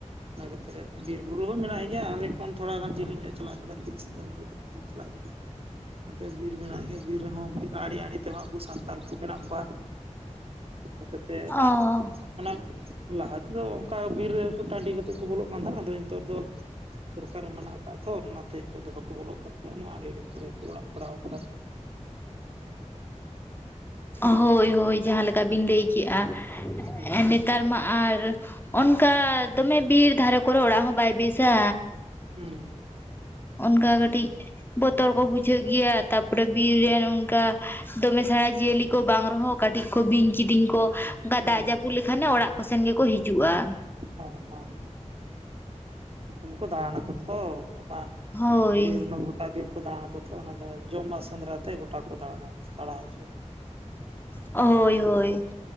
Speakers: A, on the right; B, on the left.
A: ᱚᱱᱟ ᱠᱟᱛᱮᱫ ᱵᱤᱨ ᱵᱩᱨᱩ ᱦᱚᱸ ᱢᱮᱱᱟᱜ ᱜᱮᱭᱟ᱾ ᱟᱞᱮ ᱠᱷᱚᱱ ᱛᱷᱚᱲᱟ ᱜᱟᱱ ᱡᱤᱞᱤᱧ ᱧᱚᱜ ᱪᱟᱞᱟᱜ ᱦᱤᱡᱩᱜᱼᱟ ᱛᱤᱨᱤᱥ ᱠᱤᱞᱳᱢᱤᱴᱟᱨ ᱜᱟᱱ ᱪᱟᱞᱟᱜ ᱦᱩᱭᱩᱜᱼᱟ᱾ ᱚᱱᱛᱮ ᱵᱤᱨ ᱢᱮᱱᱟᱭ ᱜᱮᱭᱟ᱾ ᱵᱤᱨ ᱨᱮᱦᱚᱸ ᱵᱤᱨ ᱟᱲᱮ ᱟᱲᱮ ᱛᱮᱦᱚᱸ ᱟᱵᱚ ᱥᱟᱱᱛᱟᱞ ᱠᱚ ᱢᱮᱱᱟᱜ ᱠᱚᱣᱟ᱾ ᱠᱟ ᱠᱟᱛᱮᱫ
B: ᱚ
A: ᱚᱱᱟ ᱞᱟᱦᱟ ᱛᱮᱫᱚ ᱚᱱᱠᱟ ᱵᱤᱨ ᱨᱮᱦᱚ ᱠᱚ ᱴᱟᱺᱰᱤ ᱠᱟᱛᱮᱫ ᱠᱚ ᱵᱚᱞᱚᱜ ᱠᱟᱱ ᱛᱟᱦᱮᱜ᱾ ᱟᱫᱚ ᱱᱤᱛᱚᱜ ᱫᱚ ᱥᱚᱨᱠᱟᱨ ᱮ ᱢᱟᱱᱟ ᱟᱠᱟᱜᱼᱟ ᱛᱷᱚ ᱚᱱ ᱚᱱᱟᱛᱮ ᱦᱤᱛᱟᱹᱜ ᱫᱚ ᱵᱟᱠᱚ ᱵᱚᱞᱚᱜ ᱠᱟᱱᱟᱛᱮ ᱚᱱᱟ ᱟᱲᱮ ᱟᱲᱮ ᱠᱚᱨᱮ ᱠᱚ ᱚᱲᱟᱜ ᱵᱟᱲᱟᱣ ᱠᱟᱫᱟ᱾
B: ᱦᱳᱭ ᱦᱳᱭ ᱡᱟᱦᱟᱸᱞᱮᱠᱟ ᱵᱤᱱ ᱞᱟᱹᱭ ᱠᱮᱫᱮᱜᱼᱟ
A: ᱦᱩᱸ
B: ᱱᱮᱛᱟᱨ ᱢᱟ ᱟᱨ ᱚᱱᱠᱟ ᱫᱚᱢᱮ ᱵᱤᱨ ᱫᱷᱟᱨᱮ ᱠᱚᱨᱮ ᱚᱲᱟᱜ ᱦᱚᱸ ᱵᱟᱭ ᱵᱮᱥᱟ᱾
A: ᱦᱩᱸ᱾
B: ᱚᱱᱠᱟ ᱠᱟᱹᱴᱤᱡ ᱵᱚᱛᱚᱨ ᱠᱚ ᱵᱩᱡᱷᱟᱹᱜ ᱜᱮᱭᱟ ᱛᱟᱯᱚᱨᱮ ᱵᱤᱨ ᱨᱮ ᱱᱚᱝᱠᱟ ᱫᱚᱢᱮ ᱥᱮᱬᱟ ᱡᱤᱭᱟᱹᱞᱤ ᱠᱚ ᱵᱟᱝ ᱨᱮᱦᱚᱸ ᱠᱟᱹᱴᱤᱡ ᱠᱚ ᱵᱤᱧ ᱠᱤᱫᱤᱧ ᱠᱚ᱾ ᱚᱱᱠᱟ
A: ᱦᱩᱸ ᱦᱩᱸ
B: ᱫᱟᱜ ᱡᱟᱹᱯᱩᱫ ᱞᱮᱠᱷᱟᱱᱮ ᱚᱲᱟᱜ ᱠᱚ ᱥᱮᱱ ᱜᱮᱠᱚ ᱦᱤᱡᱩᱜᱼᱟ᱾
A: ᱦᱚᱸ ᱦᱚᱸ᱾ ᱩᱱᱠᱩ ᱢᱟᱠᱚ ᱫᱟᱬᱟᱱ ᱟᱠᱚ ᱛᱷᱚ᱾ ᱩᱱᱠᱩ ᱢᱟ
B: ᱦᱳᱭ
A: <unintelligible> ᱜᱚᱴᱟ ᱵᱤᱨ ᱠᱚ ᱫᱟᱬᱟᱱ ᱟᱠᱚ ᱛᱚ ᱚᱱᱟ ᱫᱚ ᱡᱚᱢᱟᱜ ᱥᱮᱸᱫᱽᱨᱟ ᱛᱮ ᱜᱚᱴᱟ ᱠᱚ ᱫᱟᱬᱟᱱᱟ ᱫᱟᱬᱟ ᱦᱤᱡᱩᱜᱼᱟ᱾
B: ᱦᱳᱭ ᱦᱳᱭ